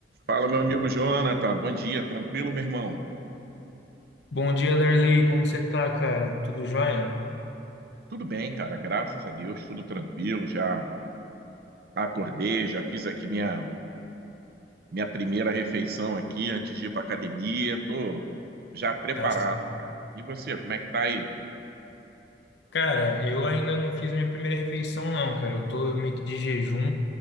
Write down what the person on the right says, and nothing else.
Fala, meu amigo Jonathan. Bom dia, tranquilo, meu irmão?
Tudo bem, cara, graças a Deus, tudo tranquilo. Já acordei, já fiz aqui minha, minha primeira refeição aqui antes de ir para academia. Tô já preparado,
cara. E você, como é que tá aí?